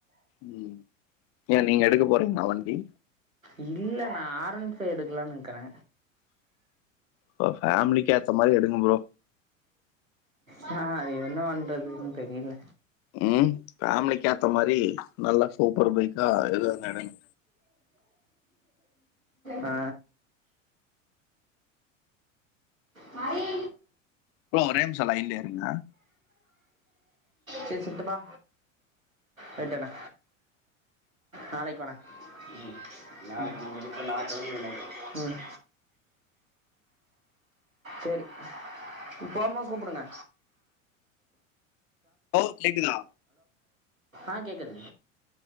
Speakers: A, on the left; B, on the right.
A: ம் ஏன் நீங்க எடுக்க போறீங்களா வண்டி
B: இல்ல நா ஆரன்ஃபை எடுக்கலானு இருக்கிறே
A: உங்க ஃபேமிலிக்கு ஏத்த மாரி எடுங்க ப்ரோ
B: ஹா என்ன பண்றதுனு தெரியல
A: ம் ஃபேமிலிக்கு ஏத்த மாரி நல்லா சூப்பர் பைக்கா எடுங்க எடுங்க
B: ஆ மாறி
A: ப்ரோ ஒரே நிம்ஷோ லைன்லயே இருங்க
B: சரி சித்துப்பா வெட்டுன நாளைக்கு போனே உம் நாளைக்குங்க இருப்ப நா கிழட்டோம் சரி இப்பமா கூப்பிடுங்க
A: ஓ கேக்குதா
B: ஆ கேட்குது